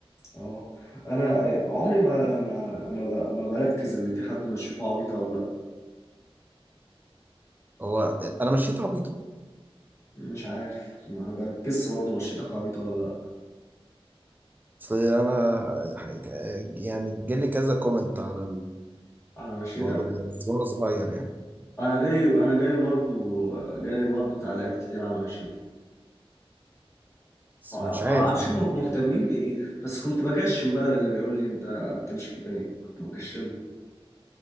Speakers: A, on the left (about 30°); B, on the right (about 20°).
A: اه انا عمري ما ما ما, ب... ما بركز ان في حد مشيته عبيطه او لا
B: هو انا مشيت عبيطه
A: مش عارف ما بركزش برضه مشيتك عبيطه ولا لا
B: اصل انا حاجة يعني جالي كذا كومنت على
A: على مشيتك
B: الموضوع ده بس وانا صغير يعني
A: انا جالي انا جالي برضه جالي برضه تعليقات كتير على مشيتي
B: بس
A: ما
B: مش
A: ما
B: عارف
A: اعرفش
B: يعني
A: م- مهتمين بايه بس كنت بكشم بقى للي بيقول لي انت بتمشي كده ليه كنت بكشم له